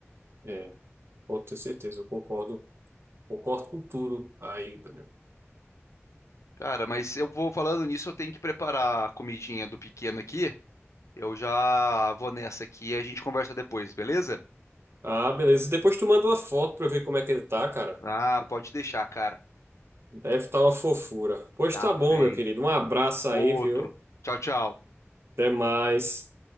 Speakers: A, on the right; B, on the left.
A: É, pode ter certeza, eu concordo, concordo com tudo aí, Daniel.
B: Cara, mas eu vou falando nisso, eu tenho que preparar a comidinha do pequeno aqui. Eu já vou nessa aqui e a gente conversa depois, beleza?
A: Ah, beleza. Depois tu manda uma foto pra eu ver como é que ele tá, cara.
B: Ah, pode deixar, cara.
A: Deve estar uma fofura. Pois
B: Cacei.
A: tá bom, meu querido. Um abraço aí,
B: Outro.
A: viu?
B: Tchau, tchau.
A: Até mais.